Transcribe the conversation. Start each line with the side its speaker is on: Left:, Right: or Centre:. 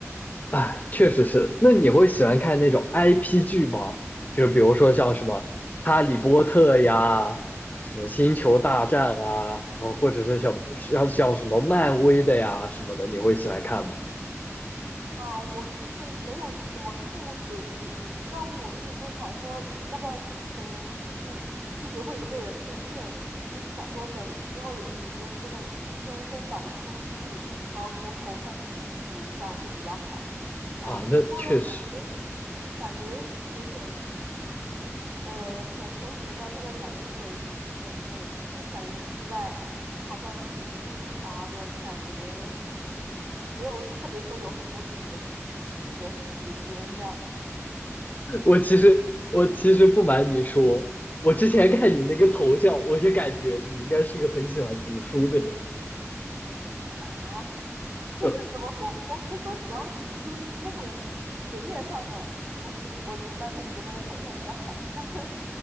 Left: 哎，确实是。那你会喜欢看那种 IP 剧吗？就是比如说像什么《哈利波特》呀，什么《星球大战》啊，然后或者是像像像什么漫威的呀什么的，你会喜欢看吗？
Right: 啊，我其实没有怎么看过这种的耶，但我一直说想说要不要从，就是一直会有被人推荐，就一直想说等之后有时间，真的先先找出一部，然后从头开始补补一下会比较好。哎，
Left: 啊，
Right: 怎么说呢？
Left: 那确实。
Right: 感觉感觉有点，呃，从从以前到现在，就感觉每每每就是感觉一直在好像读书啥的，就感觉没有特别说有很多自己的自己的时间这样子。
Left: 我其实我其实不瞒你说，我之前看你那个头像，我就感觉你应该是个很喜欢读书的人。
Right: 啊，<laughs> 就是怎么说，
Left: 对，
Right: 我不是说喜欢读书，只是那种学业上的，我只我只单纯觉得那个头像比较好看。